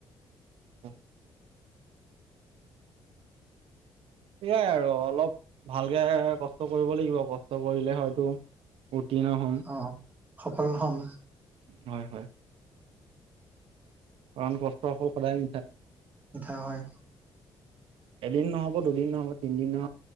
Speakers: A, on the right (about 90°); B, on the right (about 20°).
A: <unintelligible> সেয়াই আৰু অলপ ভালকে কষ্ট কৰিব লাগিব কষ্ট কৰিলে হয়তো উত্তীৰ্ণ হ'ম
B: অ', সফল হম।
A: হয়, হয়। কাৰণ কষ্টৰ ফল সদায় মিঠা।
B: মিঠা হয়।
A: এদিন নহ'ব, দুদিন নহ'ব, তিনদিন নহ